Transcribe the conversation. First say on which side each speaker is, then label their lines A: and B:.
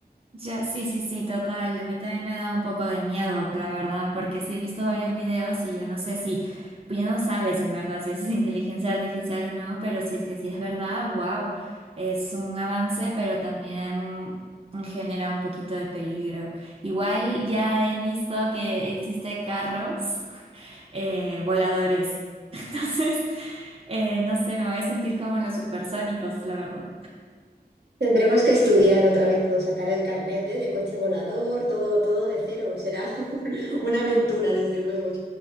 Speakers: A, on the right (about 35°); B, on the right (about 80°).
A: Ya, sí, sí, sí, total. A mí también me da un poco de miedo, la verdad, porque sí he visto varios videos y yo no sé si, pues ya no sabes en verdad si eso es inteligencia artificial o no, pero si es que sí es verdad, wow, es un avance, pero también genera un poquito de peligro. Igual ya he visto que existe carros eh, voladores, <laughs> entonces, eh, no sé, me voy a sentir como en los supersónicos, la verdad.
B: Tendremos que estudiar otra vez todo, sacar el carnet, ¿eh? de coche volador, todo, todo de cero. Será <laughs> una aventura, desde luego.